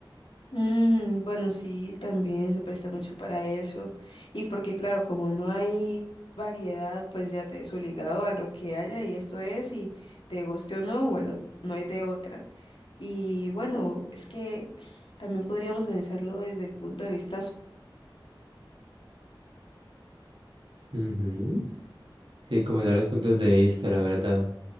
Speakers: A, on the left; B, on the right.
A: Mm, bueno, sí, también se presta mucho para eso. Y porque, claro, como no hay variedad, pues ya te es obligado a lo que haya y esto es, y te guste o no, bueno, no hay de otra. Y bueno, es que también podríamos analizarlo desde el punto de vista. so-
B: Ujú. Sí, como dar los puntos de vista, la verdad.